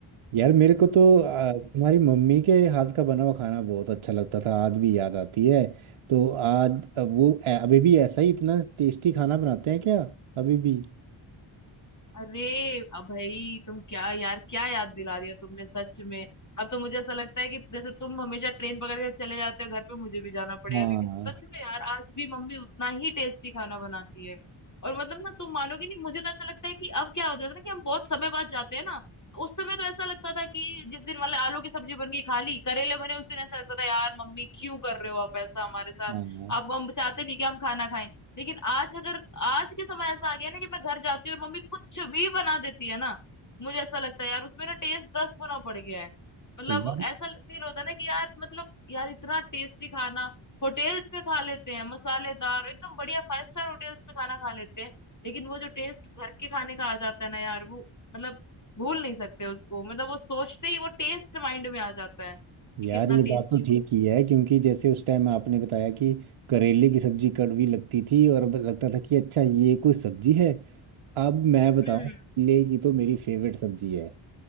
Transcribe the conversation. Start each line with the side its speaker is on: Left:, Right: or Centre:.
Right: यार मेरे को तो आ, तुम्हारी मम्मी के हाथ का बना हुआ खाना बहुत अच्छा लगता था आज भी याद आती है तो आज अब वो ए- अभी भी ऐसा ही इतना टेस्टी खाना बनाते हैं क्या अभी भी
Left: अरे अब भाई तुम क्या यार क्या याद दिला दिया तुमने सच में अब तो मुझे ऐसा लगता है कि जैसे तुम हमेशा ट्रेन पकड़ के चले जाते हो घर पे मुझे भी जाना पड़ेगा
Right: हाँ
Left: क्योंकि सच में यार आज भी मम्मी उतना ही टेस्टी खाना बनाती है और मतलब ना तुम मानोगे नहीं मुझे तो ऐसा लगता है कि अब क्या हो जाता है ना कि हम बहुत समय बाद जाते हैं ना तो उस समय तो ऐसा लगता था कि जिस दिन वाले आलू की सब्जी बन गई खा ली करेले बने उस दिन ऐसा लगता था यार मम्मी क्यों कर रहे हो आप ऐसा हमारे साथ
Right: हाँ
Left: आप हम चाहते नहीं कि हम खाना खाएं लेकिन आज अगर आज के समय ऐसा आ गया ना कि मैं घर जाती हूँ और मम्मी कुछ भी बना देती है ना मुझे ऐसा लगता है यार उसमें ना टेस्ट दस गुना बढ़ गया है मतलब
Right: तो यार
Left: ऐसा फील होता है ना कि यार मतलब यार इतना टेस्टी खाना होटेल्स में खा लेते हैं मसालेदार एकदम बढ़िया फाइव स्टार होटेल्स में खाना खा लेते हैं लेकिन वो जो टेस्ट घर के खाने का आ जाता है ना यार वो मतलब भूल नहीं सकते उसको मतलब वो सोचते ही वो टेस्ट माइंड में आ जाता है कि
Right: यार
Left: कितना
Right: ये बात
Left: टेस्टी
Right: तो
Left: हो
Right: ठीक ही है क्योंकि जैसे उस टाइम आपने बताया कि करेले की सब्जी कड़वी लगती थी और अब लगता था कि अच्छा ये कोई सब्जी है अब मैं बताऊं
Left: हम्म
Right: करेले की तो मेरी फेवरेट सब्जी है